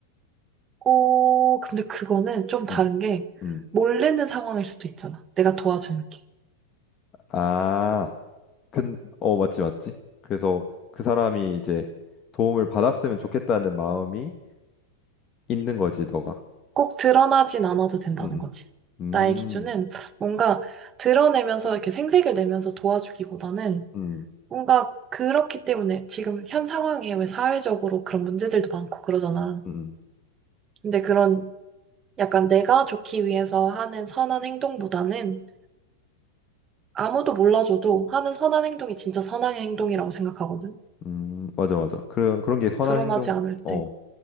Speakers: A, on the right; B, on the left.
A: 어, 근데 그거는 좀 다른
B: 음,
A: 게,
B: 음.
A: 몰래는 상황일 수도 있잖아. 내가 도와줄게.
B: 아, 근, 어, 맞지, 맞지. 그래서 그 사람이 이제 도움을 받았으면 좋겠다는 마음이 있는 거지, 너가.
A: 꼭 드러나진 않아도 된다는
B: 음,
A: 거지.
B: 음, 음,
A: 나의 기준은 뭔가 드러내면서 이렇게 생색을 내면서 도와주기보다는
B: 음.
A: 뭔가 그렇기 때문에 지금 현 상황에 왜 사회적으로 그런 문제들도 많고 그러잖아.
B: 음.
A: 근데 그런 약간 내가 좋기 위해서 하는 선한 행동보다는 아무도 몰라줘도 하는 선한 행동이 진짜 선한 행동이라고 생각하거든.
B: 음, 맞아, 맞아. 그런 그런 게 선한
A: 드러나지
B: 행동.
A: 않을
B: 어.
A: 때.